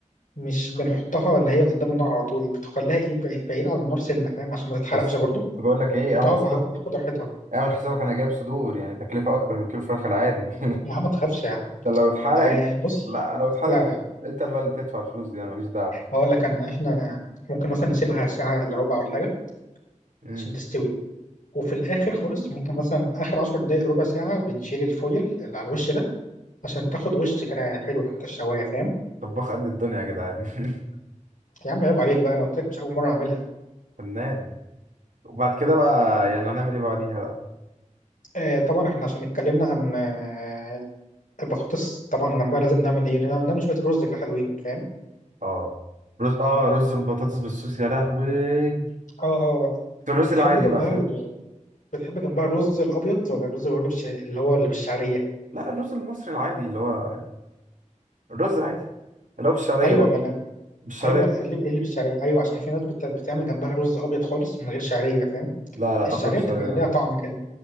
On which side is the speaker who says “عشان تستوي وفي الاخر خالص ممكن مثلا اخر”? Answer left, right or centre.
Left